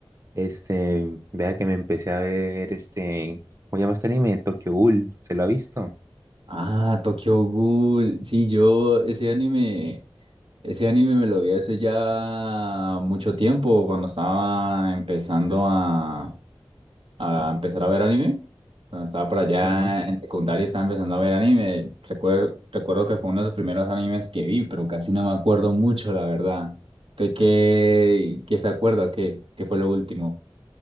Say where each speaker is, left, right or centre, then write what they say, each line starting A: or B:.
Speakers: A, on the right; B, on the right.
A: este, vea que me empecé a ver este, ¿cómo se llama este anime? Tokyo Ghoul, ¿se lo ha visto?
B: Ah, Tokyo Ghoul. Sí, yo ese anime, ese anime me lo vi hace ya mucho tiempo, cuando estaba empezando a, a empezar a ver anime. Cuando estaba por allá
A: Ujú.
B: en secundaria estaba empezando a ver anime. Recuerdo, recuerdo que fue uno de los primeros animes que vi, pero casi no me acuerdo mucho, la verdad. ¿Usted qué, qué se acuerda? ¿Qué, qué fue lo último?